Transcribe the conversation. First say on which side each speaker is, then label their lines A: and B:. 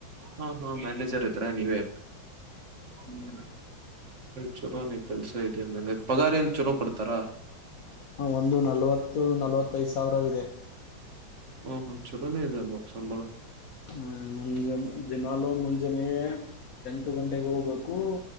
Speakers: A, on the right; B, on the left.
A: ಹಾ ಹಾ ಮ್ಯಾನೇಜರ್ ಇದ್ರಾ ನೀವೇ. ಹ್ಮ್ ಚಲೋನ ಕೆಲ್ಸ ಇದೆಯಲ್ಲ ಅಂಗಾರ್ ಪಗಾರ್ ಏನ್. ಚಲೋ ಕೊಡ್ತಾರಾ.
B: ಹಾ ಒಂದು ನಲ್ವತ್ತು ನಲ್ವತ್ತೈದ್ ಸ್ ಸಾವಿರ ಇದೆ.
A: ಹ್ಮು ಹ್ಮು ಚುಲೋ ನೇ ಇದೆ ಅಲ್ವಾ ಸಂಬಳ.
B: ಹ್ಮ್ ಮುಂಜೆ ದಿನಾಲೂ ಮುಂಜೆನೆ ಏನ್ ಎಂಟು ಗಂಟೆಗೆ ಹೋಗ್ಬೇಕು